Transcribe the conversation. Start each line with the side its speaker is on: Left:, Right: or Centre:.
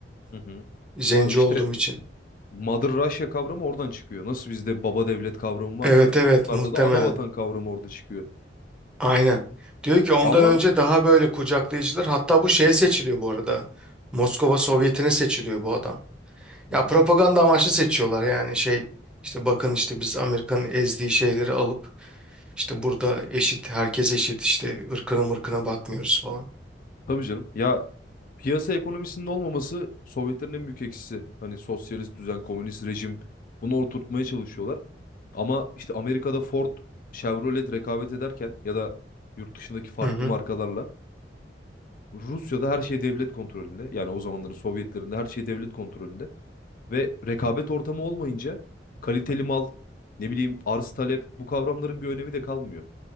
Left: Hı hı.
Centre: zenci
Left: O işte
Centre: olduğum için.
Left: Mother Russia kavramı oradan çıkıyor. Nasıl bizde baba devlet kavramı
Centre: Evet
Left: varsa
Centre: evet
Left: onlarda
Centre: muhtemelen
Left: da ana vatan kavramı orada çıkıyor.
Centre: aynen diyor ki ondan
Left: Ama
Centre: önce daha böyle kucaklayıcılar hatta bu şeye seçiliyor bu arada Moskova Sovyeti'ne seçiliyor bu adam.
Left: Hı
Centre: Ya
Left: hı.
Centre: propaganda amaçlı seçiyorlar yani şey işte bakın işte biz Amerika'nın ezdiği şeyleri alıp İşte burada eşit, herkes eşit işte ırkına mırkına bakmıyoruz falan.
Left: tabii canım ya piyasa ekonomisinin olmaması Sovyetlerin en büyük eksisi. Hani sosyalist düzen, komünist rejim bunu oturtmaya çalışıyorlar. Ama işte Amerika'da Ford, Chevrolet rekabet ederken ya da yurt dışındaki farklı
Centre: Hı hı.
Left: markalarla Rusya'da her şey devlet kontrolünde. Yani o zamanların Sovyetlerinde her şey devlet kontrolünde. Ve rekabet ortamı olmayınca kaliteli mal, ne bileyim arz talep bu kavramların bir önemi de kalmıyor.